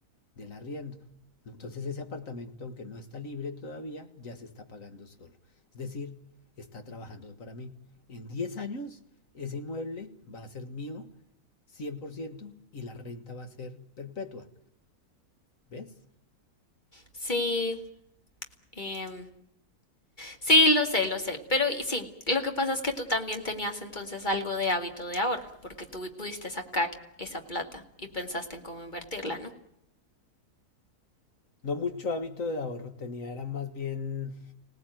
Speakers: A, on the left; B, on the left.
A: del arriendo. Entonces ese apartamento, aunque no está libre todavía, ya se está pagando solo. Es decir, está trabajando para mí. En 10 años, ese inmueble va a ser mío 100% y la renta va a ser perpetua. ¿Ves?
B: Sí, em, Sí, lo sé, lo sé, pero y- sí, lo que pasa es que tú también tenías entonces algo de hábito de ahorro, porque tú vi- pudiste sacar esa plata y pensaste en cómo invertirla, ¿no?
A: No mucho hábito de ahorro tenía, era más bien